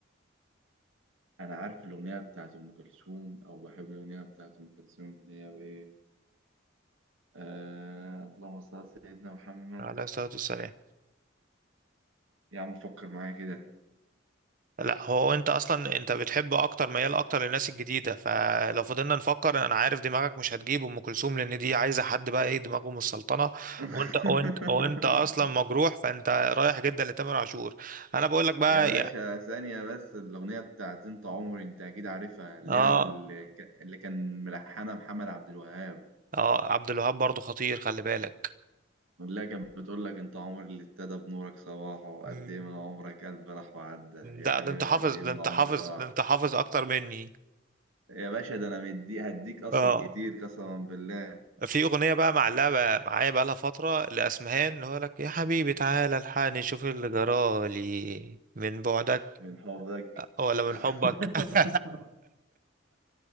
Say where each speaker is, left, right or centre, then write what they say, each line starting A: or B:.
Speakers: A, on the right (about 80°); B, on the right (about 40°).
A: أنا عارف الأغنية بتاعت أم كلثوم أو بحب الأغنية بتاعت أم كلثوم اللي هي إيه آه اللهم صل على سيدنا محمد
B: على الصلاه والسلام
A: يا عم فكر معايا كده
B: لا هو انت اصلا انت بتحب اكتر ميال اكتر للناس الجديده فلو فضلنا نفكر انا عارف دماغك مش هتجيب ام كلثوم لان دي عايزه حد بقى ايه دماغه من السلطنه
A: <laughs>
B: وانت وانت وانت اصلا مجروح فانت رايح جدا لتامر عاشور انا بقول لك بقى
A: يا باشا
B: يا
A: ثانية بس الأغنية بتاعت أنت عمري أنت أكيد عارفها اللي
B: اه
A: هي اللي ك- اللي كان ملحنها محمد عبد الوهاب
B: اه عبد الوهاب برضو خطير خلي بالك
A: اللي هي كانت بتقول لك أنت عمري اللي ابتدى بنورك صباحه وقد
B: مم.
A: إيه من عمرك قلبي راح وعدى يا
B: ده
A: حبيبي
B: ده انت حافظ
A: قد إيه
B: ده
A: من
B: انت
A: عمري
B: حافظ
A: راح
B: ده انت حافظ اكتر مني
A: يا باشا ده أنا مدي هديك أصلا
B: اه
A: كتير قسما بالله
B: في اغنيه بقى معلقه معايا بقى لها فتره لاسمهان اللي هو لك يا حبيبي تعالى الحقني شوف اللي جرالي من بعدك
A: من حبك
B: ولا من
A: <laughs>
B: حبك <laughs>